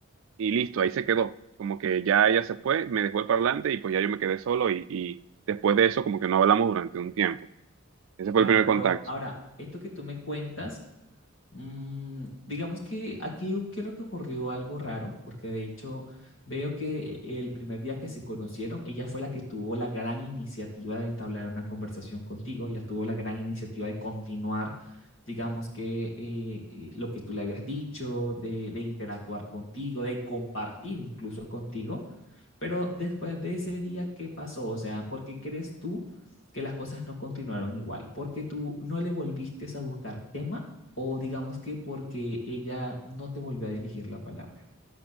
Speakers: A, on the right; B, on the left.
A: y listo, ahí se quedó. Como que ya ella se fue, me dejó el parlante y pues ya yo me quedé solo y, y después de eso como que no hablamos durante un tiempo. Ese
B: Claro,
A: fue el primer
B: pero
A: contacto.
B: ahora, esto que tú me cuentas... Mm, digamos que aquí u- creo que ocurrió algo raro, porque de hecho veo que e, el primer día que se conocieron, ella fue la que tuvo la gran iniciativa de entablar una conversación contigo, ella tuvo la gran iniciativa de continuar, digamos que eh, eh, lo que tú le habías dicho, de, de interactuar contigo, de compartir incluso contigo. Pero después de ese día, ¿qué pasó? O sea, ¿por qué crees tú que las cosas no continuaron igual? ¿Porque tú no le volviste a buscar tema o digamos que porque ella no te volvió a dirigir la palabra?